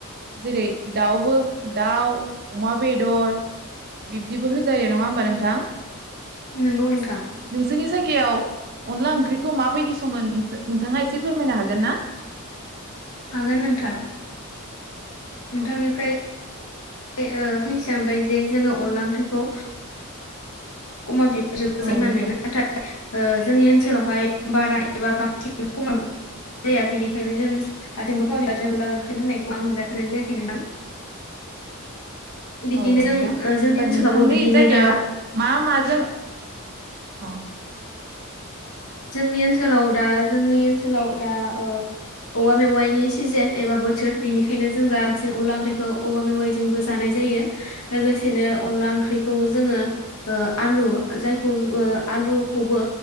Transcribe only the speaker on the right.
जेरै दाउबो दाउ अमा बेदर बिब्दिबो होजायो नङा होमबा नोंथां?
नोंसोरनि जायगायाव अनला ओंख्रिखौ माबायदि सङो नोंथाङा एसे फोरमायनो हागोन ना?
औ
औ नोंथां
औ नोंथां
होमबा
नोंथांनि
जायगायाव
मा मा जों अ ।